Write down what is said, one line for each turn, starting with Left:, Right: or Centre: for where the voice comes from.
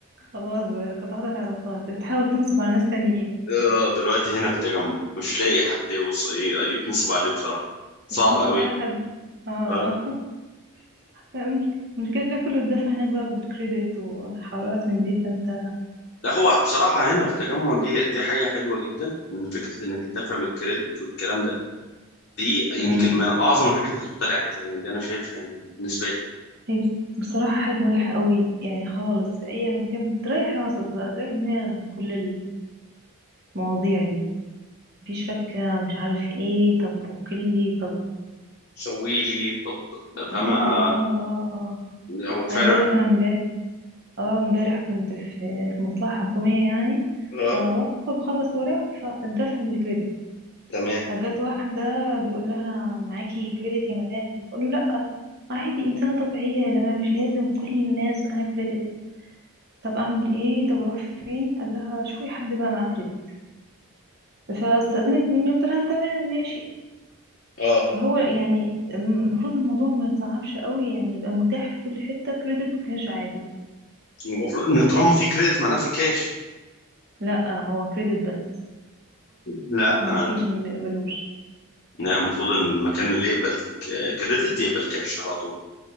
Right: خلاص بقى قطعت العلاقات بتحاول تنصب على ناس تانيين
Left: آه، دلوقتي هنا في التجمع مش لاقي حد يوص... يتنصب عليه بصراحة صعب
Right: مش
Left: قوي
Right: لاقي حد اه
Left: اه
Right: <laughs> مش- المشكلة كله اتدفع هناك بقى بالكريدت وحوارات من دي فانت
Left: لا هو بصراحة هنا في التجمع دي دي حاجة حلوة جدا إن فكرة إنك تدافع من الكريدت والكلام ده دي يمكن
Right: مم.
Left: من أعظم الحاجات اللي اخترعت يعني دي أنا شايفها يعني بالنسبة لي
Right: هي بصراحة حاجة مريحة قوي يعني خالص في اي مكان بتريح راسك بقى تريح دماغك من كل المواضيع دي مفيش فكة مش عارف ايه طب وكلي طب
Left: سوي لي طب فما
Right: اه اه
Left: آه،
Right: اه اه
Left: هو فعلا
Right: عايزة اقول لك انا امبارح اه امبارح كنت في في مصلحة حكومية يعني
Left: اه
Right: فواقفة بخلص ورق فالدفع بالكريدت
Left: تمام
Right: فجت واحدة بيقول لها معاكي كريدت يا مدام فبتقول له لا عادي إنسانة طبيعية يا جماعة مش لازم كل الناس معاها كريدت طب أعمل إيه طب أروح فين قال لها شوفي حد بقى معاه كريدت فاستأذنت مني قلت لها تمام ماشي
Left: اه
Right: فهو يعني المفروض الموضوع ما يتصعبش قوي يعني يبقى متاح في كل حتة كريدت وكاش عادي
Left: المفروض إن طالما في كريدت معناه في كاش
Right: لا هو كريدت بس
Left: لا
Right: ما
Left: انا
Right: فيش ما بيقبلوش
Left: أنا المفروض ان المكان اللي يقبل ك- كريدت يقبل كاش على طول